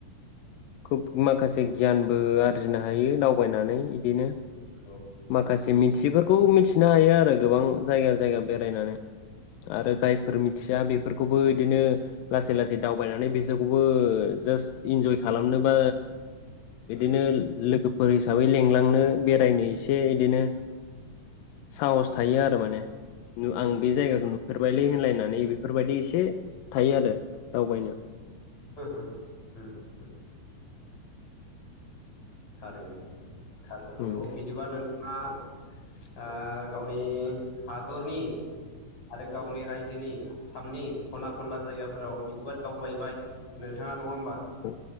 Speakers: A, on the left (about 90°); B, on the left (about 50°).
A: खुब माखासे गियानबो आरजिनो हायो दावबायनानै इदिनो
B: औ
A: माखासे मिथियैफोर खौ मिथिनो हायो आरो जाय गोबां जायगा जायगा
B: उम
A: बेरायनानै आरो जायफोर मिथिया बे बेफोरखौबो इदिनो लासै लासै दावबायनानै बेजों थबो जास्ट इन्जय खालामनोबा बिदिनो
B: उम
A: लोगोफोर हिसाबै लिलांनो
B: उम
A: बेरायनो एसे । एसे इदिनो साहस थायो आरो माने नु
B: उम
A: आं बे जायगाखौ नु फोरबायलै होनलायनानै बेफोरबायदि एसे थायो आरो दावबायनो ।
B: हो हो ओम । थारैनो । थारैनो नंगौ
A: उम
B: बिदिबा नोंथाङा ओ गावनि हादरनि आरो गावनि रायजोनि आसामनि खना खनला जायगाफोराव बिदिबा दावबाय नोंथाङा नङा होमबा?
A: औ